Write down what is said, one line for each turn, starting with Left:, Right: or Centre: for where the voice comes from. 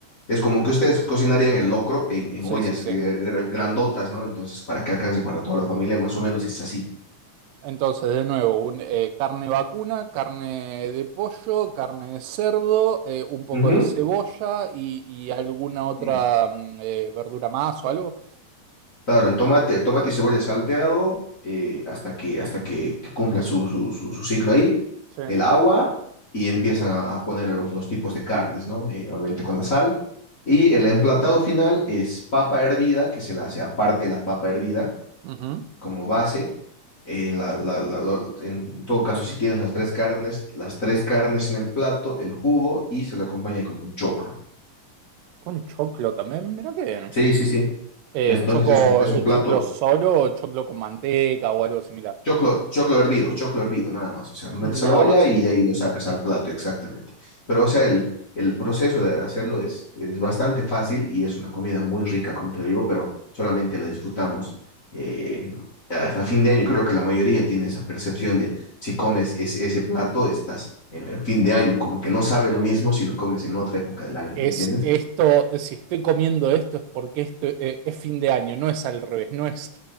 Left: Es como que ustedes cocinarían el locro en, en
Right: Sí,
Left: ollas
Right: sí, sí.
Left: eh, gra- grandotas, ¿no? Entonces, para que alcance para toda la familia, más o menos es así.
Right: Entonces, de nuevo, un, eh, carne vacuna, carne de pollo, carne de cerdo, eh, un poco
Left: Ujú.
Right: de cebolla y, y alguna otra
Left: Sí.
Right: mm, eh, verdura más o algo.
Left: Claro, el tomate, el tomate y cebolla salteado eh, hasta que, hasta que, que cumpla su, su, su, su ciclo ahí,
Right: Sí.
Left: el agua y empiezan a, a poner los, los tipos de carnes, ¿no? Eh, obviamente con la sal. Y el emplatado final es papa hervida, que se la hace aparte la papa hervida
Right: Ujú.
Left: como base. eh, la- la- la- la- en todo caso, si tienes las tres carnes, las tres carnes en el plato, el jugo y se lo acompaña con un choclo.
Right: Con choclo también, mira qué bien.
Left: Sí, sí, sí. Bueno,
Right: Eh,
Left: Entonces
Right: choco,
Left: es un, es
Right: eh,
Left: un plato
Right: choclo solo o choclo con manteca o algo similar.
Left: Choclo, choclo hervido, choclo hervido, nada más. O sea, lo
Right: Nada
Left: metes a la olla
Right: más.
Left: y de ahí lo sacas al plato, exactamente. Pero, o sea, el, el proceso de hacerlo es, es bastante fácil y es una comida muy rica, como te digo, pero solamente la disfrutamos eh, a, a fin de año. Creo que la mayoría tiene esa percepción de si comes ese, ese plato, estás en, en fin de año, como que no sabe lo mismo si lo comes en otra época del año,
Right: Es
Left: ¿me entiendes?
Right: esto, si estoy comiendo esto es porque esto, eh, es fin de año, no es al revés, no es,